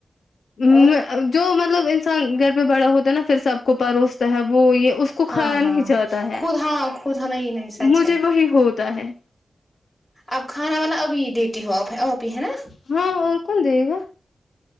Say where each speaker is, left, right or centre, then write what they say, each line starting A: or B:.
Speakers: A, on the left; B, on the left.
A: میں
B: اور
A: اد جو مطلب انسان گھر پہ بڑا ہوتا ہے نا پھر سب کو پروستا ہے وہ یہ اس کو
B: ہاں
A: کھایا نہیں
B: ہاں
A: جاتا ہے
B: خود ہاں خود ہاں نہیں نہیں سچ
A: مجھے
B: ہے
A: وہی ہوتا ہے
B: آپ کھانا وانا ابھی دیتی ہو ا ا بھی ہے نا
A: ہاں اور کون دے گا